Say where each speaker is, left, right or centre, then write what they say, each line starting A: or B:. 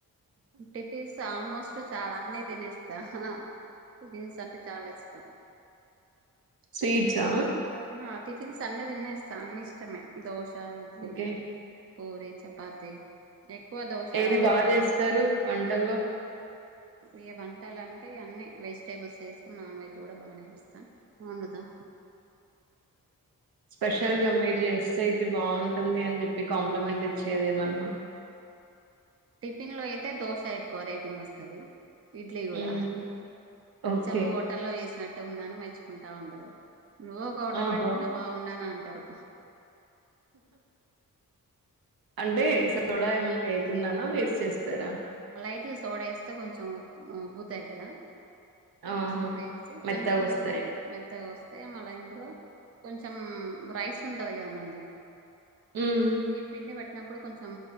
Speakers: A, on the right; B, on the right.
A: టిఫిన్స్ ఆల్మోస్ట్ చాలా అన్ని తినేస్తా <unintelligible> టిఫిన్స్ అంటే చాలా ఇష్టం
B: స్వీట్సా
A: ఆ టిఫిన్స్ అన్ని తినేస్తా అన్ని ఇష్టమే దోశ తా ఇడ్లి
B: ఓకే
A: పూరి చపాతి ఎక్కువ దోశ
B: ఏది బాగా
A: ఎక్కువ
B: చేస్తారు
A: ఇష్టం
B: వంటల్లో
A: ఇ వంటలు అంటే అన్నీ వెజిటేబుల్స్ చేస్తాం నాన్ వెజ్ కూడా బానే చేస్తాం <unintelligible>
B: స్పెషల్గా మీరు చేస్తే అయితే బాగుంటుంది అని చెప్పి కాంప్లిమెంట్ ఇచ్చేదిేమన్నా
A: టిఫిన్ లో అయితే దోశ ఎక్కువ రేటింగ్ వస్తుంది. ఇడ్లీ కూడా
B: మ్మ్.
A: అచ్చం
B: ఓకే
A: మా హోటల్లో చేసినట్టు ట్టు ఉందని మెచ్చుకుంటా ఉంటరు నువ్వు ఒక హటల్
B: ఆహో
A: పెట్టుకుంటే బాగుండాను అంట టరు
B: అంటే సోడా ఎమ్ వేయకుండానా వేసి చేస్తరా
A: లైట్గా సోడా వేస్తే కొంచెం మ్ ఉబ్బుతాయి కదా ఆ
B: ఆహా
A: సోడా వేసి
B: మెత్తగా
A: కొంచెం
B: వస్తాయి
A: మెత్తగా వస్తాయ మల్లా ఇందులో కొంచెం రైస్ ఉంటది కదా మంది
B: మ్మ్.
A: ఎ పిండి బట్ తీన్నప్పుడు కొంచెం